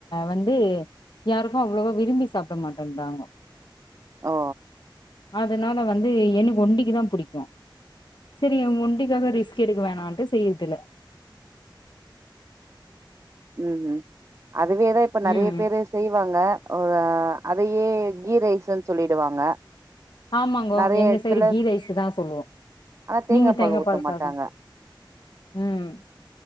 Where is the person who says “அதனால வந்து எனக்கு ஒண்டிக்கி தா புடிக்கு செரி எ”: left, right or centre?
Left